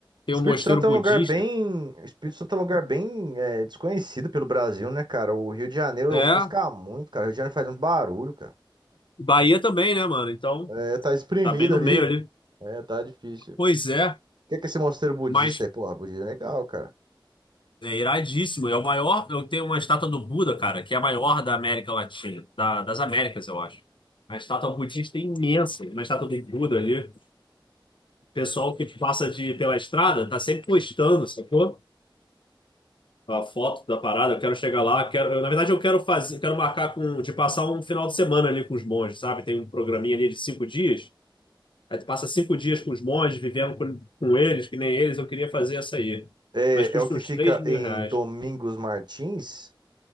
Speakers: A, on the left; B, on the right.
A: Tem
B: Espírito
A: um mosteiro
B: Santo é
A: budista.
B: um lugar bem, Espírito Santo é um lugar bem é, desconhecido pelo Brasil, né, cara? O Rio de Janeiro
A: É,
B: ofusca muito, cara. O Rio de Janeiro faz muito barulho, cara.
A: Bahia também, né, mano? Então,
B: É, tá espremido
A: tá bem no
B: ali.
A: meio ali.
B: <laughs> É, tá difícil. O
A: Pois é.
B: que é que esse mosteiro budista
A: Mas
B: é? Pô, budista é legal, cara.
A: é iradíssimo. É o maior. Eu tenho uma estátua do Buda, cara, que é a maior da América Latina, da- das Américas, eu acho. A estátua budista é imensa, uma estátua do Buda ali. O pessoal que passa de, pela estrada tá sempre postando, sacou? A foto da parada, eu quero chegar lá, quero, eu, na verdade eu quero fazer, quero marcar com, de passar um final de semana ali com os monges, sabe? Tem um programinha ali de cinco dias, aí tu passa cinco dias com os monges, vivendo com, com eles, que nem eles, eu queria fazer essa aí.
B: É,
A: Mas custa
B: é o que
A: uns
B: fica
A: três mil
B: em
A: reais.
B: Domingos Martins.